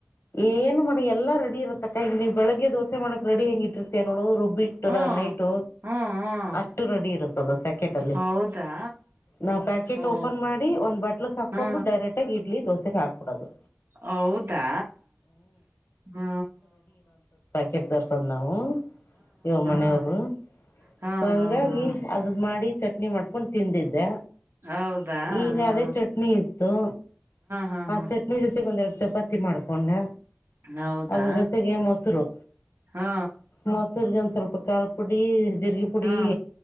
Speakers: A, on the left; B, on the right.
A: ಏನು ಮಾಡಿ ಎಲ್ಲಾ ರೆಡಿ ಇರತ್ತಕ್ಕವು ಬೆಳಗ್ಗೆ ದೋೆ ಮಾಡಕ್ ರೆಡಿ ಹೆಂಗ ಇಟ್ಟರ್ತಾ ನೋದು ಬಿಟ್ಟ್ರ
B: ಹ್ಮ್
A: ನೈಟು
B: ಹ್ಮ್ ಹ್ಮ್
A: ಅಷ್ಟು ರೆಡಿ ಇರುತ್ತದ ಸ್ಯಾಕೆಟ್ ಅಲ್ಲಿ
B: ಹೌದಾ
A: ನಾವ್ ಪ್ಯಾಕೆಟ್
B: ಓ
A: ಓಪನ್ ಮಾಡಿ ಒಂದ್ ಬಟ್ಲ್ಕ್ ಹಾಕೊಂಡು
B: ಹಾ
A: ಡೈರೆಕ್ಟ್ ಆಗ ಇಡ್ಲಿ ದೋಸೆ ಹಾಬ ಕೊಡೋದು
B: ಹೌದಾ ಹ
A: ಕೆಟ್ಟತರ್ಸದ್ ನಾವು ಇವ್ರ ಮನೆಯವರು
B: ಹಾ ಹಾ
A: ಸ ಹಂಗಾಗಿ
B: ಹಾ ಹಾ
A: ಅದ ಮಾಡಿದ ಚಟ್ನಿ ಮಾಡ್ಕೊಂಡು ತಿಂದಿದ್ದ
B: ಹೌದಾ
A: ಈಗ
B: ಹಾ
A: ಅದೇ ಚಟ್ನಿ ಇತ್ತು
B: ಹಾ
A: ಆ
B: ಹಾ ಹಾ
A: ಚಟ್ನಿ ಜೊತೆಗೊಂದರ ಚಪಾತಿ ಮಾಡ್ಕೊಂಡ
B: ಹೌದಾ
A: ಅದ್ರ ಜೊತೆಗೆ ಮೊಸರು
B: ಹಾ ಹಾ
A: ಮೊಸರ್ಗೆ ಒಂದ ಸ್ವಲ್ಪ ಖಾರ ಪುಡಿ ಜಿರ್ಗ ಪುಡಿ
B: ಹಾ